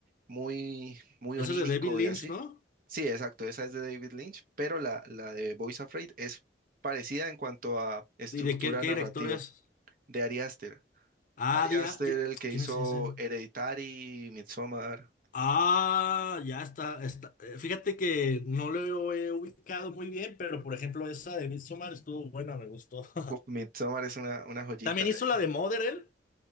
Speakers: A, on the right; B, on the left.
A: muy, muy
B: Eso
A: onírico
B: es de David Lynch,
A: y así.
B: ¿no?
A: Sí, exacto, esa es de David Lynch, pero la, la de Bo is Afraid es parecida en cuanto a estructura
B: ¿Y de quién- qué,
A: narrativa.
B: director es?
A: de Ari Aster.
B: Ah,
A: Ari
B: dia-
A: Aster,
B: ¿qui-
A: el que
B: ¿quién,
A: hizo
B: es ese?
A: Hereditary, Midsommar.
B: Ah, ya está, está. Eh, Fíjate que no lo he ubicado muy bien, pero por ejemplo, esa de Midsommar estuvo buena, me gustó. <laughs>
A: Uf, Midsommar es una, una joyita.
B: También
A: Eh,
B: hizo la de Mother, él,